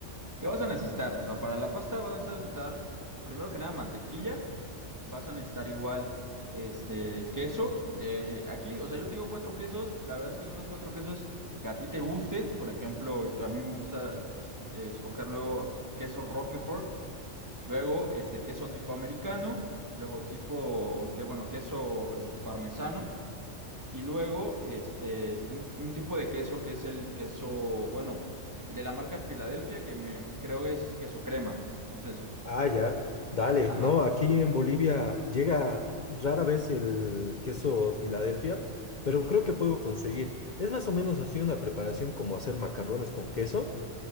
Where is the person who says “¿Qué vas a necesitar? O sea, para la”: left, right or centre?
Right